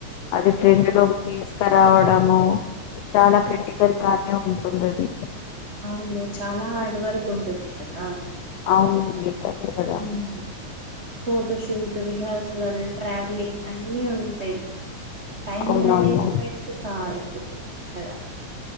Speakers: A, on the left; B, on the right.
A: అది ట్రెండులోకి తీసుకురావడము చాలా క్రిటికల్ గానే ఉంటుంది అది
B: అవును చాలా హార్డ్ వర్క్ ఉంటుంది కదా
A: అవునండి అదే కదా
B: ఉ హు ఫోటో షూట్ విహసాలు ట్రావెలింగ్ అన్నీ ఉంటాయి టైమ్
A: అవునవును
B: మేనేజ్మెంట్ కాదు ఇక్కడా